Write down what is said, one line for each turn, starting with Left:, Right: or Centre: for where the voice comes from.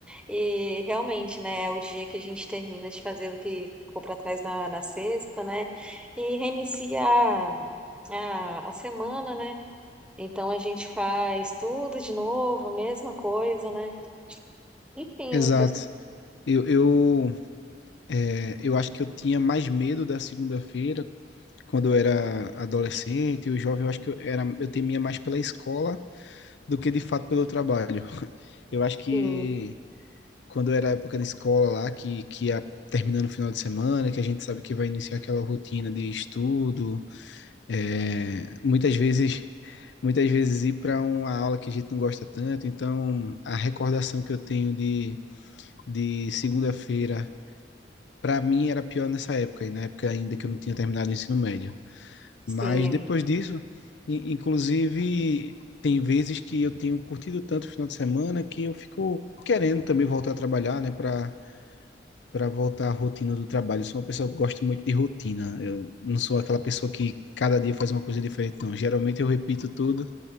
Centre: E realmente, né, é o dia que a gente termina de fazer o que ficou pra trás na, na sexta, né? E reinicia a, a a semana, né? Então a gente faz tudo de novo, a mesma coisa, né? Enfim,
Left: Exato.
Centre: Ex-
Left: Eu, eu, é, eu acho que eu tinha mais medo da segunda-feira quando eu era adolescente, o jovem, eu acho que eu, era, eu temia mais pela escola do que de fato pelo trabalho. Eu acho que
Centre: sim,
Left: quando era a época da escola lá, que, que ia terminando o final de semana, que a gente sabe que vai iniciar aquela rotina de estudo, é, muitas vezes muitas vezes ir para uma aula que a gente não gosta tanto, então a recordação que eu tenho de, de segunda-feira, para mim era pior nessa época, e na época ainda que eu não tinha terminado o ensino médio.
Centre: sim.
Left: Mas depois disso, i- inclusive, tem vezes que eu tenho curtido tanto o final de semana que eu fico querendo também voltar a trabalhar, né, para para voltar à rotina do trabalho. Eu sou uma pessoa que gosta muito de rotina. Eu não sou aquela pessoa que cada dia faz uma coisa diferente, não. Geralmente eu repito tudo